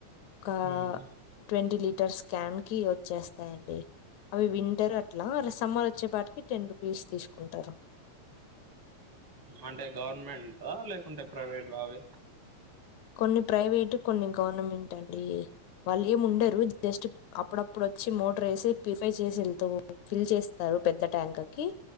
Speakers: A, on the left; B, on the right.
A: ఒక
B: ఉమ్
A: ట్వంటీ లీటర్స్ క్యాన్ కి వచ్చేస్తాయండి. అవి వింటర్ అట్లా, అ సమ్మర్ వచ్చేపాటికి టెన్ రూపీస్ తీసుకుంటారు.
B: అంటే గవర్నమెంట లేకుంటే ప్రవేట్ బావి?
A: కొన్ని ప్రవేట్ కొన్ని గవర్నమెంట్ అండి, వాళ్ళు ఏమి ఉండరు జస్ట్ అప్పుడప్పుడచ్చి మోటర్ వేసి, ప్రిఫై చేసి ఎళ్తూ ఫిల్ చేస్తారు పెద్ద ట్యాంక్ కి.